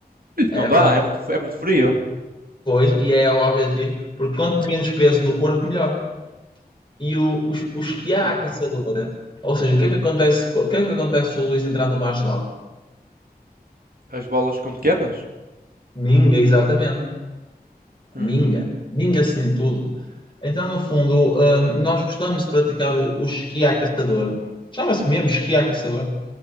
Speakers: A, on the right (about 65°); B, on the left (about 30°).
A: isso
B: é
A: não dá,
B: verdade.
A: é muito, é muito frio.
B: Pois, e é o objetivo, porque quanto menos peso no corpo, melhor. E o, os,
A: Hum,
B: os que há à caçadora, ou seja, o que é que acontece, co- o que é que acontece se o Luís entrar no mar gelado?
A: as bolas ficam pequenas?
B: Minga, exatamente.
A: Hum.
B: Minga. Minga-se-lhe tudo. Então, no fundo, hum, nós gostamos de praticar o, o esqui à caçador. Chama-se mesmo esqui à caçador.